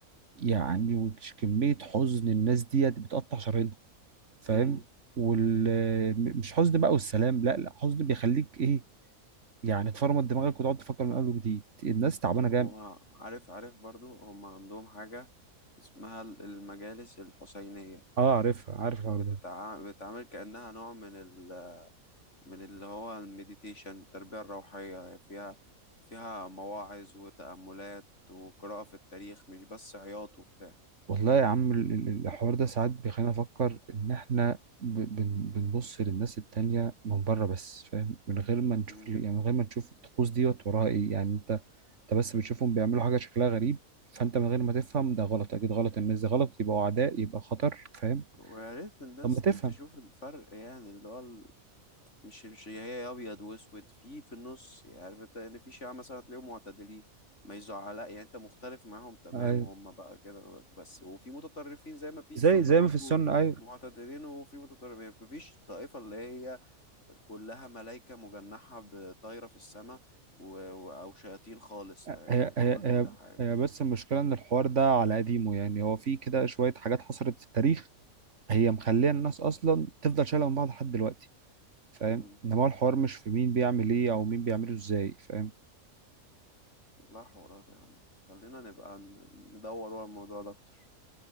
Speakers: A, on the right (about 55°); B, on the left (about 55°).
A: يعني وش- كمية حزن الناس ديت بتقطع شرايينها فاهم
B: مم.
A: وال م- مش حزن بقى والسلام لا لا حزن بيخليك إيه يعني تفرمط دماغك وتقعد تفكر من أول وجديد الناس تعبانة جامد
B: هو عارف عارف برضو هم عندهم حاجة اسمها المجالس الحسينية
A: اه عارفها عارف الحوار
B: بتتع...
A: ده
B: بتتعامل كأنها نوع من ال... من اللي هو المديتيشن التربية الروحية يعني فيها فيها مواعظ وتأملات وقراءة في التاريخ مش بس عياط وبتاع
A: والله يا عم ال- ال- الحوار ده ساعات بيخلينا نفكر إن إحنا ب- بن- بنبص للناس التانية من بره بس فاهم من غير ما نشوف
B: مم.
A: ال- يعني من غير ما نشوف الطقوس ديت وراها إيه يعني انت بس بتشوفهم بيعملوا حاجه شكلها غريب فانت من غير ما تفهم ده غلط اكيد غلط الناس دي غلط يبقوا اعداء يبقى خطر فاهم
B: ويا ريت الناس
A: طب ما تفهم
B: ت- تشوف الفرق يعني اللي هو ال- مش مش هي أبيض وأسود في في النص يعني عارف أنت إن في شيعة مثلا تلاقيهم معتدلين ما يزعل يعني أنت مختلف معاهم تمام
A: ايوه
B: وهم بقى كده بس وفي متطرفين زي ما في
A: زي
B: سنة
A: زي
B: برضو
A: ما في السنه ايوه
B: معتدلين وفي متطرفين مفيش طائفة اللي هي كلها ملايكة مجنحة بطايرة في السماء و... و... أو شياطين خالص
A: هي
B: فاهم
A: هي
B: كل
A: هي
B: حاجة
A: هي بس المشكله ان الحوار ده على قديمه يعني هو في كده شويه حاجات حصلت في التاريخ هي مخليه
B: مم.
A: الناس اصلا تفضل شايله من بعض لحد دلوقتي فاهم
B: مم.
A: انما هو الحوار مش في مين بيعمل ايه او مين بيعمله ازاي فاهم
B: والله حوارات يا عم خلينا نبقى ن- ندور ورا الموضوع ده أكتر